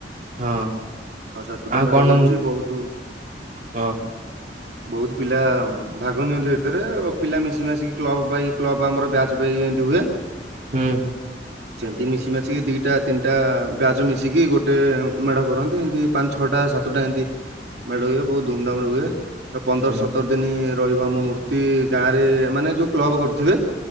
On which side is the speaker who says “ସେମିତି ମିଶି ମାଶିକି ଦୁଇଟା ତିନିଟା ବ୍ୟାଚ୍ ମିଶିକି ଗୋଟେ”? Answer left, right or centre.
Right